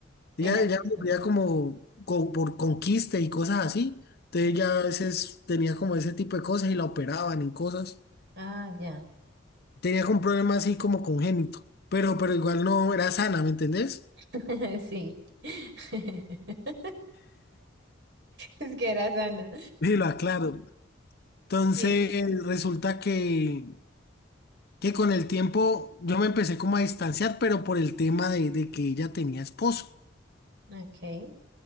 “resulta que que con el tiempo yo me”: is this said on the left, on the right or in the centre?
Left